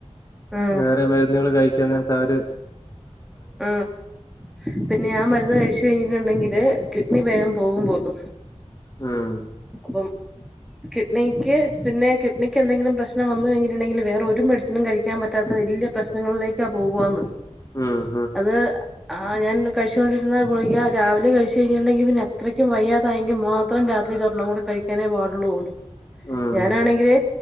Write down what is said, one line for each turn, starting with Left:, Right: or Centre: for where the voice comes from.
Centre: ആഹ്
Left: വേറെ മരുന്നുകെൾ കഴിക്കുന്നെട്ത്ത് അവെര്.
Centre: ആഹ പിന്നെ ആ മരുന്ന് കഴിച്ചു കഴിഞ്ഞ്.... ണ് ഇണ്ടെങ്കിൽ കിഡ്നി വേകം പോകുംമ്പോലും.
Left: ഉം
Centre: പ്പം കിഡ്നിക്ക് പിന്നെ കിഡ്നിക്ക് എന്തെങ്കിലും പ്രശ്നം വന്ന് കഴിഞ്ഞിട്ട് ഇണ്ടെങ്കിൽ വേറെ ഒരു മെഡ്സിനും കഴിക്കാൻ പറ്റാത്ത വല്ല്യ വല്യ പ്രശ്നങ്ങളിലേക്കാ പോ കോന്ന്.
Left: മ്
Centre: അത് ആ ഞാൻ കിച്ചോണ്ടിരുന്ന കുളിക രാവിലെ കഴിച്കഴിഞ്ഞിണ്ടെങ്കിൽ പിന്നെ അത്രക്കും വയ്യാത ആായങ്കിമാത്രം രാ... ഒരെണ്ണം കൂടെ കഴിക്കാനേ പാടുള്ളൂ
Left: ഉം
Centre: ഞാനാണെങ്കിലേ